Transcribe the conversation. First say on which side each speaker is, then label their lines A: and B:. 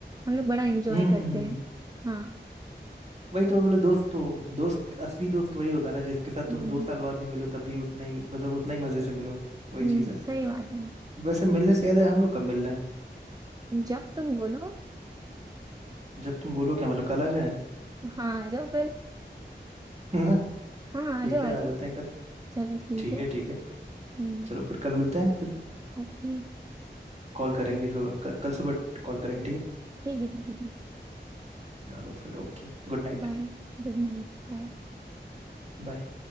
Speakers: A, on the right (about 20°); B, on the right (about 35°).
A: हम लोग बड़ा एंजॉय
B: हम्म,
A: करते
B: हम्म, हम्म।
A: हैं हाँ
B: वही तो है, मतलब दोस्त तो दोस्त असली दोस्त वही होता है ना जिसके साथ
A: हम्म
B: तुम दो साल बाद नहीं मिलो तब भी उतना ही मतलब उतना ही मजे से मिलो वही
A: हम्म
B: चीज है
A: सही बात है
B: वैसे मिलने से याद है हम लोग कब मिलना है
A: जब तुम बोलो
B: जब तुम बोलो क्या मतलब कल आ जाए
A: हाँ आ जाओ कल
B: <laughs>
A: हाँ
B: ठीक
A: आ जाओ आ
B: है आ
A: जाओ
B: जाते हैं कल
A: चलो ठीक
B: ठीक
A: है
B: है ठीक है
A: हम्म
B: चलो फिर कल मिलते हैं फिर
A: ओके
B: कॉल करेंगे सुबह कल, कल सुबह कॉल करेंगे ठीक है
A: ठीक है ठीक है ठीक
B: चलो फिर ओके गुड नाइट
A: है बाय Good night bye
B: बाय